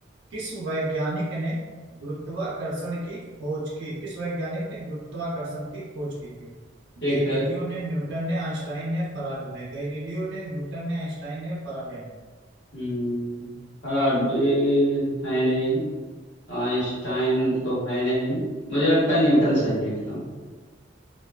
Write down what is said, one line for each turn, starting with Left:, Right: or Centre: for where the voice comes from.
Right: किस वैज्ञानिक ने गुरुत्वाकर्षण की खोज की किस वैज्ञानिक ने गुरुत्वाकर्षण की खोज की थी
Left: ठीक
Right: गैलीलियो
Left: है
Right: ने न्यूटन ने आइंस्टाइन ने फराडे ने गैलीलियो ने न्यूटन ने आइंस्टाइन ने फराडे ने
Left: हम्म फैराडे है नहीं आइंस्टाइन तो है नहीं मुझे लगता है न्यूटन सही है एकदम